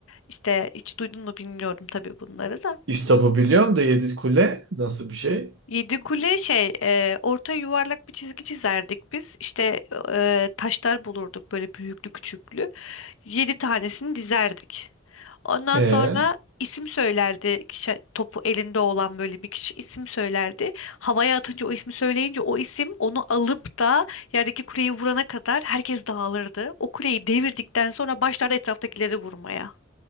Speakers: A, on the left; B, on the right.
A: İşte hiç duydun mu bilmiyorum tabii bunları da.
B: İstop'u biliyorum da Yedi Kule nasıl bir şey?
A: Yedi kule şey e, orta yuvarlak bir çizgi çizerdik biz. İşte e, taşlar bulurduk böyle büyüklü küçüklü. Yedi tanesini dizerdik. Ondan
B: E,
A: sonra isim söylerdi. Kişi, topu elinde olan böyle bir kişi isim söylerdi. Havaya atınca o ismi söyleyince o isim onu alıp da yerdeki kuleyi vurana kadar herkes dağılırdı. O kuleyi devirdikten sonra başlardı etraftakileri vurmaya.